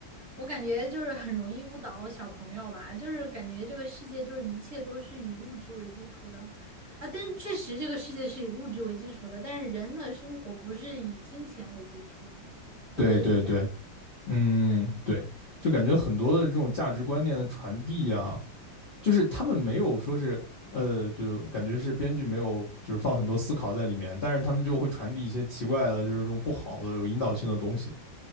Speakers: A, on the right; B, on the left.
A: 我感觉就是很容易误导小朋友吧，就是感觉这个世界就是一切都是以物质为基础的，啊，但是确实这个世界是以物质为基础的，但是人的生活不是以金钱为基础的，我觉得是这样。
B: 对对对，嗯，
A: 对。
B: 对，就感觉很多的这种价值观念的传递啊，就是他们没有说是，呃，就感觉是编剧没有就是放很多思考在里面，但是他们就会传递一些奇怪的，就是这种不好的有引导性的东西